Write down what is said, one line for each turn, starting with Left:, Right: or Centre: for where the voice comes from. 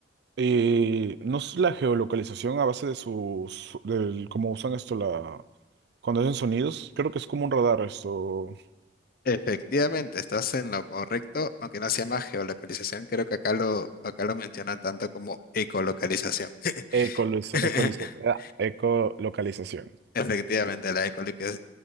Right: Eh, no es la geolocalización a base de sus, del, cómo usan esto, la, cuando hacen sonidos, creo que es como un radar esto,
Left: Efectivamente, estás en lo correcto, aunque no se llama geolocalización, creo que acá lo, acá lo mencionan tanto como ecolocalización.
Right: ecoliza-
Left: <laughs>
Right: ecoliza- ah, ecolocalización.
Left: Efectivamente, la ecoloca-